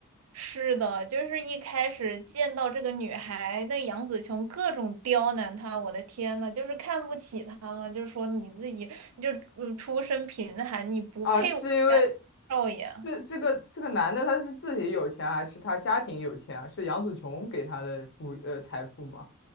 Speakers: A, on the right (about 80°); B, on the left (about 55°).
A: 是的，就是一开始见到这个女孩，那杨紫琼各种刁难她，我的天呐，就是看不起她嘛，就是说你自己就嗯出身贫寒，你不配我们家少爷。
B: 啊，是因为。这这个这个男的他是自己有钱还是他家庭有钱啊？是杨紫琼给他的富呃财富吗？